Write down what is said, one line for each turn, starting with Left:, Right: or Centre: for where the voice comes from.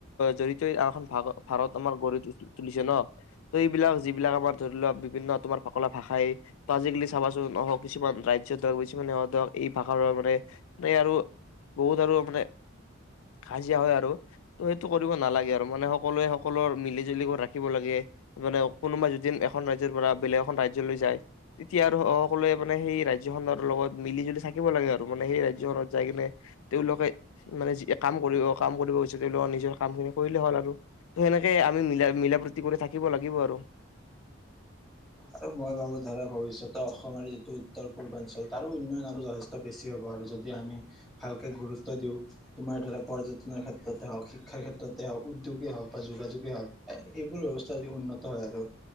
Left: জড়িত এখন ভাগ ভাৰত আমাৰ গঢ়ি তুলিছে ন ত এইবিলাক যিবিলাক আমাৰ ধৰি লোৱা বিভিন্ন তোমাৰ ফকলা ভাষাই ত আজিকালি চাবাচোন নহওক কিছুমান ৰাজ্য ধৰক কিছুমান ধৰক এই ভাষাৰ আৰু বহুত আৰু মানে হাজিৰা হয় আৰু ত সেইটো কৰিব নালাগে আৰু মানে সকলোৱে সকলোৰে মিলি জুলি কৰি ৰাখিব লাগে মানে কোনোবা যদি এখন ৰাজ্যৰ পৰা বেলেগ এখন ৰাজ্যলৈ যায় তেতিয়া আৰু সকলোৱে মানে সেই ৰাজ্যখনৰ লগত মিলি জুলি থাকিব লাগে আৰু। আৰু মানে সেই ৰাজ্যখনত যাই কিনে তেওঁলোকে মানে যি কাম কৰিব কাম কৰিব গৈ তেওঁলোকৰ নিজৰ কামখিনি কৰিলে হ'ল আৰু ত সেনেকে আমি মিলা মিলা প্ৰতি কৰি থাকিব লাগিব আৰু
Centre: আৰু মই ভাবো ধৰা ভৱিষ্যতে অসমৰ যিটো উত্তৰ পূৰ্বাঞ্চল তাৰো উন্নয়ন আৰু যথেষ্ট বেছি হ'ব আৰু যদি আমি ভালকে গুৰুত্ব দিওঁ তোমাৰ ধৰা পৰ্যটনৰ ক্ষেত্ৰতে হওঁক শিক্ষাৰ ক্ষেত্ৰতে হওক উদ্যোগে হওক বা যোগাযোগেই হওক এ এইবোৰ ব্যৱস্থা যদি উন্নত হয় আৰু